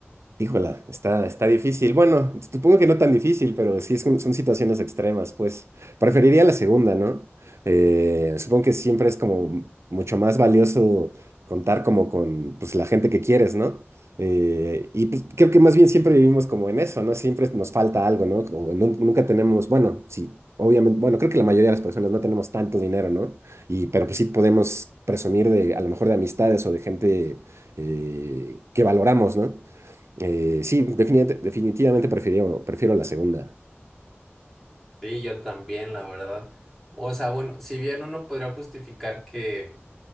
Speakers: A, on the right; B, in the centre.
A: Híjola, está, está difícil. Bueno, supongo que no tan difícil, pero sí es un- son situaciones extremas, pues. Preferiría la segunda, ¿no? Eh, supongo que siempre es como mucho más valioso contar como con pues, la gente que quieres, ¿no? Eh, y pues, creo que más bien siempre vivimos como en eso, ¿no? Siempre nos falta algo, ¿no? O nun- nunca tenemos, bueno, sí, obviamente, bueno, creo que la mayoría de las personas no tenemos tanto dinero, ¿no? Y, pero pues sí podemos presumir de, a lo mejor de amistades o de gente eh, que valoramos, ¿no? Eh, sí, definit- definitivamente prefiero, prefiero la segunda.
B: Sí, yo también, la verdad. O sea, bueno, si bien uno podría justificar que...